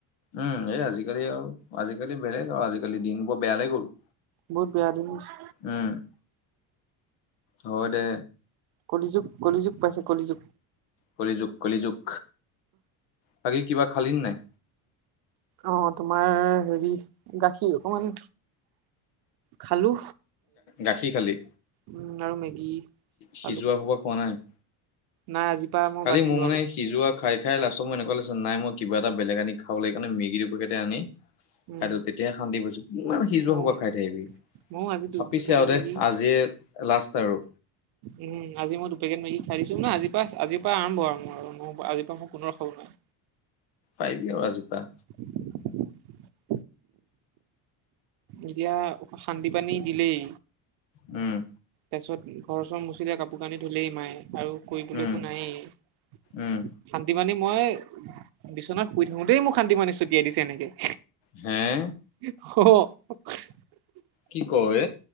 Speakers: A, on the left; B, on the right.
A: উম, এই আজিকালি আৰু আজিকালি বেলেগ আৰু আজিকালি দিন বোৰ বেয়া লৈ গ'ল
B: বহুত বেয়া দিন হৈছে।
A: উম, হয় দে
B: কলিযুগ - কলিযুগ, পাইছে কলিযুগ
A: কলিযুগ - কলিযুগ, বাকী কিবা খালি নে নাই?
B: অ', তোমাৰ হেৰি গাখীৰ অকমান খালোঁ
A: গাখীৰ খালী?
B: উম, আৰু মেগী খালো
A: সিজোৱা খোপা খোৱা নাই?
B: নাই আজিৰ পৰা মই
A: কালি
B: বাদ
A: মোৰ
B: দিলো
A: মানে
B: আৰু
A: সিজোৱা খাই - খাই, লাষ্টত মোৰ এনেকুৱা লাগিছে নাই মই কিবা এটা বেলেগ আনি খাব লাগ সেইকাৰণে মেগী দুপেকেত আনি
B: উম
A: খাইদিছো তেতিয়াহে শান্তি পাইছো কিমান সিজোৱা
B: ময়ো
A: হবা খাই থাকিবি
B: ময়ো আজি দু
A: চাপিছে
B: দুপেকেট
A: আৰু দে
B: মেগী
A: আজিয়ে লাষ্ট আৰু
B: উম, আজি মই দুপেকেট মেগি খাই দিছো না আজি পৰা আজিৰ পৰা আৰম্ভ আৰু <unintelligible> আজিৰ পৰা ম কোনো ৰখাব নোৱাৰে
A: পাৰিবি আৰু আজিৰ পৰা
B: <inaudible> এতিয়া অ' শান্দি পানী দিলেই
A: উম,
B: তাৰপিছত ঘৰ চৰ মুচিলে কাপোৰ কানি ধুলেই মায়ে আৰু কৰিবলৈ
A: উম
B: একো নায়েই
A: উম
B: শান্তি মানী মই বিচনাত শুই থাকো দেই মোক শান্তি মানী ছটিয়াই দিছে এনেকে
A: হে?
B: অ'
A: কি কৌ বে?